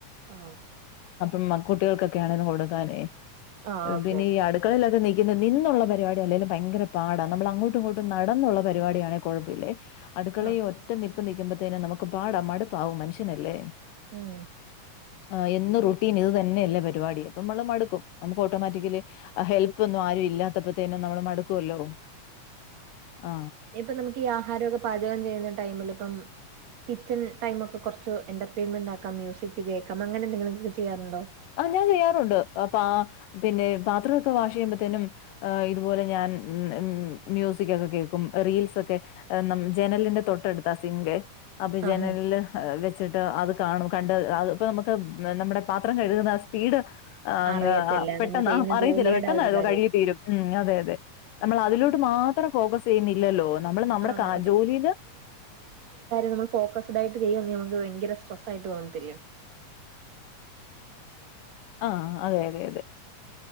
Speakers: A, on the right; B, on the left.
A: ആഹ്
B: മ് മക്കുട്ടികൾക്കൊക്കെയണെങ്കിലും. കൊടുക്കാനെ
A: ആഹ് ഓക്കെ
B: പിന്നെ
A: ഓക്കെ
B: ഈ അടുക്കളയിലൊക്കെ നിക്ക് നിന്നുള്ള പരിപാടി അല്ലേലും ഭയങ്കര പാടാ. നമ്മൾ അങ്ങോട്ടും, ഇങ്ങോട്ടും നടന്നുള്ള പരിപാടിയാണേ കുഴപ്പല്യ അടുക്കളയി
A: ആഹ്
B: ഒറ്റ നിപ്പ് നിൽക്കുമ്പോത്തേന് നമുക്ക് പാട മടുപ്പാവും മനുഷ്യനല്ലേ
A: ഉം
B: <unintelligible> ആ എന്നും റുട്ടീൻ ഇത് തന്നെയല്ലേ പരിപാടി അപ്പ നമ്മള് മടുക്കും നമുക്ക് ഓട്ടോമാറ്റിക്കലി ഹെൽപ്പ്ന്നും ആരും ഇല്ലാത്തപ്പോതേന് നമ്മള് മടുക്കുല്ലോ. ആ
A: ഇപ്പം നമുക്ക് ഈ ആഹാരക്കെ പാചകം ചെയ്യുന്ന ടൈമില് ഇപ്പം കിച്ചൺ ടൈം ഒക്കെ കുറച്ച് എന്റർടൈയിൻമെന്റ് ആക്കാം. മ്യൂസിക് കേക്കാം അങ്ങനെന്തെിലുംക്കെ ചെയ്യാറുണ്ടോ.
B: ആ ഞാൻ ചെയ്യാറുണ്ട്. അപ്പാ ആ പിന്നെ പാത്രമൊക്കെ വാഷ് ചെയ്യുമ്പത്തനും. ഇതുപോലെ ഞാൻ ഉം മ്യൂസിക്കൊക്കെ കേക്കും. റീൽസ് ഒക്കെ. നമ് ജനലിന്റെ തൊട്ടടുത്താ സിംഗ്. അഭി
A: ആഹ്
B: ജനലിൽ വെച്ചിട്ട് അത് കാണും. കണ്ട് അത് ഇപ്പ നമുക്ക് നമ്മുടെ പാത്ര കഴുകുന്ന സ്പീഡ് ആ അങ്
A: അറിയത്തില്ല
B: പെട്ടെന്ന്
A: നമ്മൾ ചെയ്യുന്ന
B: അ അറിയത്തില്ല
A: ജോലിയുടെ
B: പെട്ടെന്ന്
A: ആ ഒരു ഇത് അറിയാം
B: കഴി കിത്തീരും ഉം അതെ അതെ. നമ്മൾ അതിലോട്ട് മാത്രം ഫോക്കസ് ചെയ്യുന്നില്ലല്ലോ നമ്മള് നമ്മുടെ
A: ആഹ്
B: കാ ജോലിയില്
A: നമൾ ഫോകസ്ഡ് ആയിട്ട് ചെയ്യന്ന നമക്ക് ഭയര സ്ട്രെസ് ആയിട്ട് തോന്നത്തില്ലയോ.
B: ആ അതെ അതെ അതെ